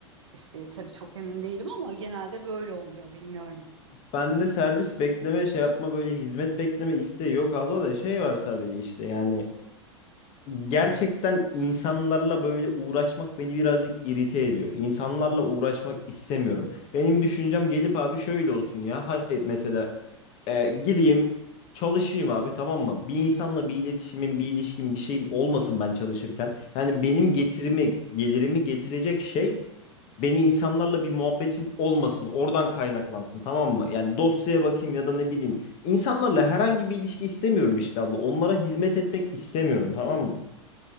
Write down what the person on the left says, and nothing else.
Bende servis bekleme şey yapma böyle hizmet bekleme isteği yok abla da şey var sadece işte yani gerçekten insanlarla böyle uğraşmak beni birazcık irite ediyor. İnsanlarla uğraşmak istemiyorum. Benim düşüncem gelip abi şöyle olsun ya hayır mesela e, gideyim çalışayım abi tamam mı? Bir insanla bir iletişimim bir ilişkim bir şeyim olmasın ben çalışırken. Yani benim getirimi gelirimi getirecek şey benim insanlarla bir muhabbetim olmasın. Oradan kaynaklansın tamam mı? Yani dosyaya bakayım ya da ne bileyim. İnsanlarla herhangi bir ilişki istemiyorum işte abla. Onlara hizmet etmek istemiyorum tamam mı?